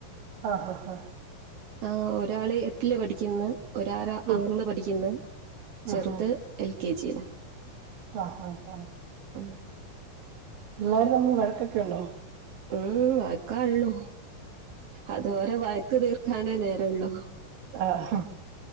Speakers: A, on the right; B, on the right.
A: ആഹ് ആഹ് ആഹ
B: ആ ഒരാള് എട്ടില് പഠിക്കന്ന് ഒരാരാ ആറിില്
A: ഉം
B: പഠിക്കുന്ന
A: ഉം
B: ചെറുത്
A: ഉം
B: എൽ കെ ജിയില
A: ആഹ് ആഹ് ആഹ്
B: ആഹ്
A: എള്ളാവരും തമ്മി വഴക്കൊക്കെ ഉണ്ടോ
B: ഉം വയക്കാുള്ളൂ അതുോരെ വയക്ക തീർക്കാനേ നേരള്ളു
A: ആഹ്